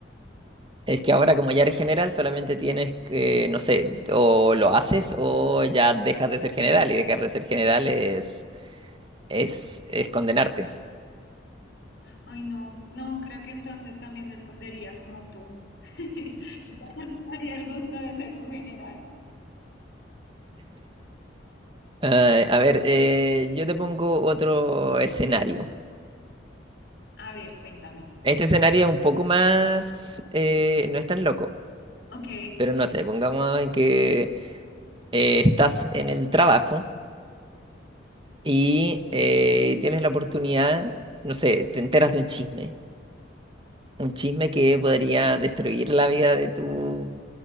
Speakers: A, on the right; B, on the left.
A: Es que ahora como ya eres general, solamente tienes que, no sé, o lo haces o ya dejas de ser general y dejar de ser general es, es, es condenarte.
B: Ay, no, no, creo que entonces también me escondería como tú. <laughs> Haría el gusto de ser su general.
A: Eh, a ver, eh, yo te pongo otro escenario.
B: A ver, cuéntame.
A: Este escenario es un poco más, eh, no es tan loco,
B: Ok,
A: pero no sé, pongamos en que eh, estás en el trabajo y eh, tienes la oportunidad, no sé, te enteras de un chisme Un chisme que podría destruir la vida de tu,